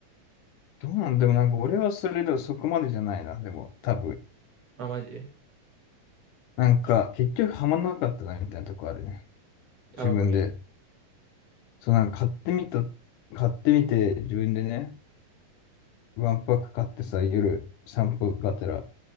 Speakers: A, on the left; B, on the right.
A: どうなんでもなんか俺はそれでもそこまでじゃないな、でも多分。
B: あ、マジ
A: なんか結局ハマんなかったなみたいなとこあるね。
B: タバコね。
A: 自分で。そうなんか買ってみた、買ってみて自分でね、ワンパック買ってさ、夜散歩がてら